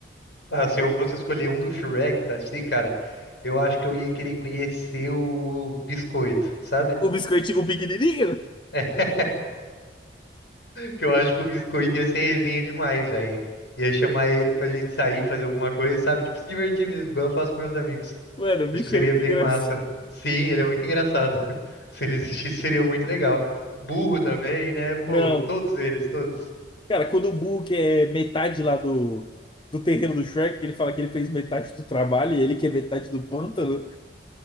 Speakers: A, on the left (about 70°); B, on the left (about 25°).
A: Ah, se eu fosse escolher um do Shrek pra si, cara, eu acho que eu ia querer conhecer o Biscoito, sabe?
B: O biscoitinho o pequenininho?
A: <laughs> Que eu acho que o Biscoito ia ser resenha demais, velho. Ia chamar ele pra gente sair, fazer alguma coisa, sabe? Tipo, se divertir mesmo, igual eu faço com meus amigos.
B: Mano, o
A: Acho
B: bicho
A: que seria
B: é muito
A: bem
B: engraçado.
A: massa. Sim, ele é muito engraçado. <laughs> Se ele existisse, seria muito legal. O Burro também, né? Pô,
B: Não,
A: todos eles, todos.
B: cara, quando o Boo é metade lá do, do terreno do Shrek, ele fala que ele fez metade do trabalho e ele que é metade do pântano.